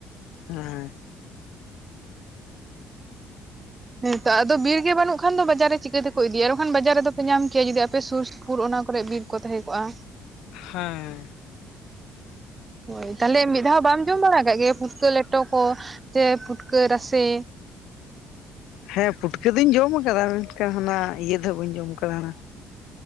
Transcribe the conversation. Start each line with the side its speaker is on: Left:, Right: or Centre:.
Left: ᱦᱮᱸ᱾
Right: ᱦᱮᱸᱛᱚ ᱟᱫᱚ ᱵᱤᱨ ᱜᱮ ᱵᱟᱹᱱᱩᱜ ᱠᱷᱟᱱ ᱫᱚ ᱵᱟᱡᱟᱨ ᱨᱮ ᱪᱤᱠᱟᱹᱛᱮᱠᱚ ᱤᱫᱤᱭᱟ ᱮᱠᱷᱟᱱ ᱵᱟᱡᱟᱨ ᱨᱮᱫᱚᱯᱮ ᱧᱟᱢ ᱠᱮᱭᱟ ᱡᱩᱫᱤ ᱟᱯ ᱥᱩᱨ ᱥᱯᱩᱨ ᱚᱱᱟ ᱠᱚᱨᱮ ᱵᱤᱨ᱾ ᱠᱚ ᱛᱟᱦᱮᱸ ᱠᱚᱜᱼᱟ᱾
Left: ᱦᱮᱸ᱾
Right: ᱦᱳᱭ ᱛᱟᱦᱚᱞᱮ ᱢᱤᱫ ᱫᱷᱟᱣ ᱵᱟᱢ ᱡᱚᱢ ᱵᱟᱲᱟ ᱟᱠᱟᱫ ᱜᱮ ᱯᱷᱩᱴᱠᱟᱹ ᱞᱮᱴᱚ ᱠᱚ ᱥᱮ ᱯᱷᱩᱴᱠᱟᱹ ᱨᱟᱥᱮ᱾
Left: ᱦᱮᱸ ᱯᱩᱴᱠᱟᱹ ᱫᱚᱧ ᱡᱚᱢ ᱟᱠᱟᱫᱟ ᱢᱮᱱᱠᱷᱟᱱ ᱦᱟᱱᱟ ᱤᱭᱟᱹ ᱫᱚ ᱵᱟᱹᱧ ᱡᱚᱢ ᱟᱠᱟᱫᱟ ᱦᱮ